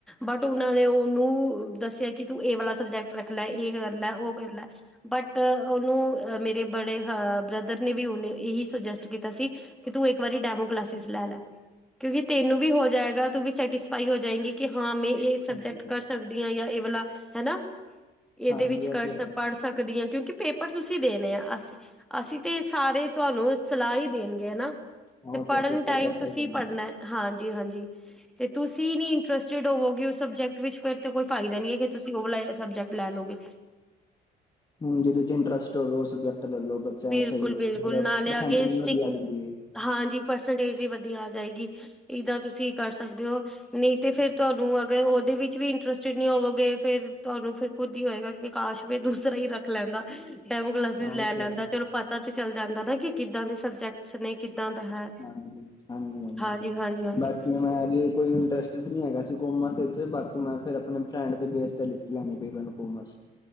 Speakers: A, in the centre; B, on the left.
A: ਬਟ ਉਹਨਾਂ ਨੇ ਉਹਨੂੰ ਦੱਸਿਆ ਕਿ ਤੂੰ ਇਹ ਵਾਲਾ ਸਬਜੈਕਟ ਰੱਖ ਲੈ, ਇਹ ਕਰ ਲੈ ਉਹ ਕਰ ਲੈ ਬਟ ਉਹਨੂੰ ਮੇਰੇ ਬੜੇ ਬ੍ਰਦਰ ਨੇ ਵੀ ਉਹਨੇ ਇਹੀ ਸੁਜੈਸਟ ਕੀਤਾ ਸੀ ਕਿ ਤੂੰ ਇੱਕ ਵਾਰੀ ਡੈਮੋ ਕਲਾਸਿਸ ਲੈ ਲੈ ਕਿਉਂਕਿ ਤੈਨੂੰ ਵੀ ਹੋ ਜਾਏਗਾ, ਤੂੰ ਵੀ ਸੈਟਿਸਫਾਈ ਹੋ ਜਾਏਗੀ ਕਿ ਹਾਂ ਮੈਂ ਏਹ ਸਬਜੈਕਟ
B: ਹਾਂਜੀ
A: ਕਰ ਸਕਦੀ ਹਾਂ ਜਾਂ ਇਹ ਵਾਲਾ ਹੈਨਾ ਇਹਦੇ
B: ਹਾਂਜੀ
A: ਵਿੱਚ
B: ਇਹ
A: ਕਰ
B: ਤੇ ਹੈ
A: ਪੜ੍ਹ ਸਕਦੀ ਹਾਂ ਕਿਉਂਕਿ ਪੇਪਰ ਤੁਸੀਂ ਦੇਣੇ ਆ ਅਸੀਂ ਅਸੀਂ ਤੇ ਸਾਰੇ ਤੁਹਾਨੂੰ ਸਲਾਹ ਹੀ ਦੇਣਗੇ ਹੈਨਾ,
B: ਹਾਂ
A: ਤੇ
B: ਉਹ
A: ਪੜ੍ਹਨ
B: ਹੈ ਪੇਪਰ
A: ਟਾਈਮ
B: ਤੇ ਆਪਾਂ
A: ਤੁਸੀਂ
B: ਹੀ ਦੇਣੇ
A: ਪੜ੍ਹਨਾ ਹਾਂਜੀ ਹਾਂਜੀ ਤੇ ਤੁਸੀਂ ਨੀ ਇੰਟਰਸਟਿਡ ਹੋਵੋਗੇ ਉਸ ਸਬਜੈਕਟ ਵਿੱਚ ਫਿਰ ਤੇ ਕੋਈ ਫਾਇਦਾ ਨੀ ਹੈ ਕਿ ਤੁਸੀਂ ਉਹ ਸਬਜੈਕਟ ਲੈ ਲਓਗੇ
B: ਹੂ ਜਿਹਦੇ ਚ ਇੰਟਰਸਟ ਹੋਵੇ ਉਹ ਸਬਜੈਕਟ ਲੈ ਲੋ ਬੱਚਾ
A: ਬਿਲਕੁਲ-ਬਿਲਕੁਲ
B: ਸਹੀ ਮਤਲ
A: ਨਾਲੇ
B: ਪਰਸੈਂਟੇਜ
A: ਅੱਗੇ
B: ਜੀ
A: ਸਟਿਕ
B: ਵਧੀਆ ਦਿੰਦੀ ਐ
A: ਹਾਂਜੀ ਪਰਸੈਂਟੇਜ ਵੀ ਵਧੀਆ ਆ ਜਾਏਗੀ ਈਦਾਂ ਤੁਸੀਂ ਕਰ ਸਕਦੇ ਹੋ ਨਹੀਂ ਤੇ ਫੇਰ ਤੁਹਾਨੂੰ ਅਗਰ ਉਹਦੇ ਵਿੱਚ ਵੀ ਇੰਟਰਸਟਿਡ ਨਹੀਂ ਹੋਵੋਗੇ, ਫੇਰ ਤੁਹਾਨੂੰ ਫਿਰ ਖੁੱਦ ਈ ਹੋਏਗਾ ਕਿ ਕਾਸ਼ ਵੀ ਦੂਸਰਾ ਈ ਰੱਖ ਲੈਂਦਾ। ਡੈਮੋ ਕਲਾਸਿਸ
B: ਹਾਂ ਉਹ
A: ਲੈ ਲੈਂਦਾ
B: ਤੇ ਹੈ
A: ਚਲੋ ਪਤਾ ਤੇ ਚੱਲ ਜਾਂਦਾ ਨਾ ਕਿ ਕਿੱਦਾਂ ਦੇ ਸਬਜੈਕਟਸ ਨੇ ਕਿੱਦਾਂ ਦਾ ਹੈ।
B: ਹਾਂਜੀ-ਹਾਂਜੀ-ਹਾਂਜੀ
A: ਹਾਂਜੀ-ਹਾਂਜੀ-ਹਾਂਜੀ
B: ਬਾਕੀ ਹੁਣ ਐ ਵੀ ਕੋਈ ਇੰਟਰਸਟ ਵੀ ਨੀ ਹੈਗਾ ਸੀ ਕੋਮਰਸ ਵਿੱਚ ਬਾਕੀ ਮੈਂ ਫਿਰ ਆਪਣੇ ਫਰੈਂਡ ਦੇ ਬੇਸ ਤੇ ਲਿਤੀਆ ਨੇ <unintelligible> ਕੋਮਰਸ,